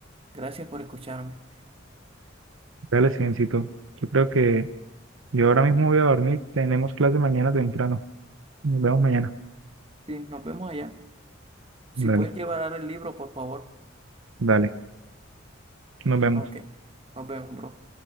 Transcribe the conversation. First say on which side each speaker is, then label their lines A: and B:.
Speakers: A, on the right (about 30°); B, on the right (about 75°).
A: Gracias por escucharme.
B: Dale, Silencito. Yo creo que yo ahora mismo voy a dormir, tenemos clase mañana temprano. Nos vemos mañana.
A: Sí, nos vemos allá. Si
B: Dale,
A: puedes llevar el libro, por favor.
B: dale, nos vemos.
A: Ok, nos vemos, bro.